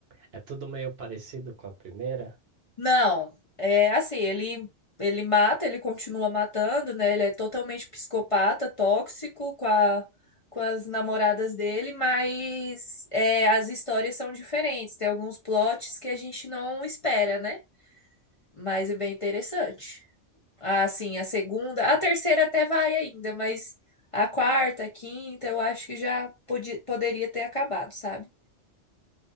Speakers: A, on the right; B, on the left.
A: É tudo meio parecido com a primeira?
B: Não, é assim, ele ele mata, ele continua matando, né? Ele é totalmente psicopata, tóxico com a, com as namoradas dele, mas é, as histórias são diferentes. Tem alguns plots que a gente não espera, né? Mas é bem interessante. Ah, sim, a segunda, a terceira até vai ainda, mas a quarta, a quinta, eu acho que já podia, poderia ter acabado, sabe?